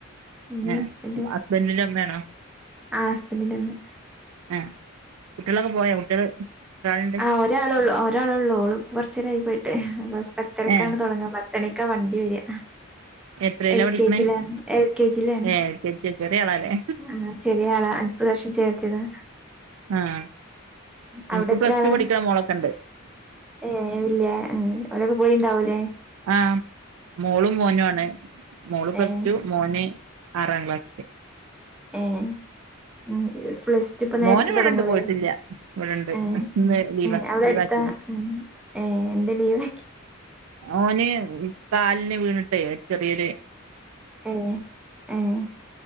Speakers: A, in the centre; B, on the right (about 75°).
A: ഉമ്മ
B: ഏ
A: ഹസ്ബൻഡ്
B: ഹസ്ബൻഡിന്റെ ഉമ്മയാണോ
A: ആ ഹസ്ബൻഡ് ന്റെ ഉമ്മ
B: ഏ കുട്ടികളൊക്കെ പോയോ കുട്ടികള് എത്ര ആളുണ്ട്
A: ആ ഒരാള ഒരാളള്ള ഓൾ കുറച്ചരായി പോയിട്ട് അ പത്തരക്കാണ്
B: ഏ
A: തുടങ്ങ പത്തണക്കാ വണ്ടി വരിക
B: എത്രയിലാ
A: എൽ
B: പഠിക്കണേ
A: കെജി ല എൽ കെ ജി ലേണ
B: ഏ എൽ കെ ജി ചെറിയ ആളാല്ലേ
A: ആ ശെരിയാള അപ്പ രാശം ചേർത്തിതാ
B: ആ
A: അവിടെ
B: എനിക്ക്
A: എത്ര
B: പ്ലസ്
A: ആാണ്
B: ടു പഠിക്കണ മോളൊക്കെ ഉണ്ട്
A: ഏ വല്ല അവഓരൊക്കെ പോയിണ്ടാവല
B: ആഹ് മോളും മോനും ആണ് മോള് പ്ലസ്
A: ഏഹ്
B: ടു മോന് ആറാം ക്ലാസ്സില്
A: ഏ ഉ പ്ലസ് റ്റു ഇപ്പ നേരത്തെ
B: മോന് ഇവിടെണ്ട്
A: തുടങ്ങൂലേ..
B: പോയിട്ടില്ല ഇവിടെണ്ട്
A: എങ്ങനെ,
B: ഇന്ന് ലീവാ
A: അവിടെ
B: ലീവാക്കിന്
A: അടുത്താ, എങ്ങനെ ഏ എന്തെ ലീവ്
B: ഓന് കാലിന് വീണിട്ടേ, ഒര്ചെറിയൊരു
A: ഏഹ്.. ഏഹ്